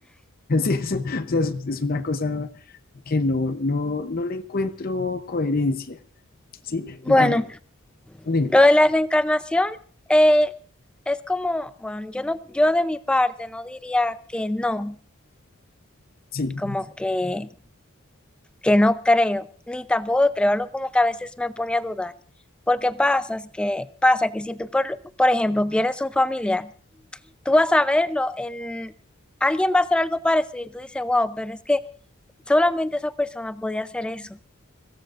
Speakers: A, on the left; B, in the centre.
A: <laughs> sí, es, o sea, es, es una cosa que no, no, no le encuentro coherencia, ¿sí?
B: bueno,
A: En cam- dime,
B: lo de la reencarnación eh, es como, bueno, yo no, yo de mi parte no diría que no,
A: sí,
B: como que, que no creo, ni tampoco creo, algo como que a veces me pone a dudar, porque pasas que, pasa que si tú, por, por ejemplo, pierdes un familiar, tú vas a verlo en, alguien va a hacer algo parecido y tú dices, wow, pero es que solamente esa persona podía hacer eso.